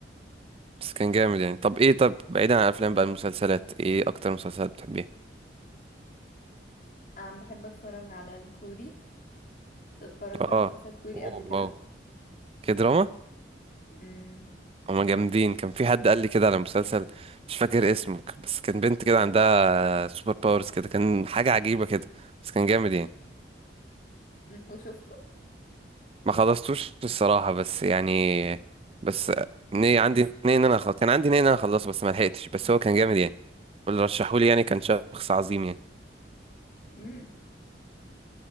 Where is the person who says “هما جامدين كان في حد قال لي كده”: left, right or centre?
Right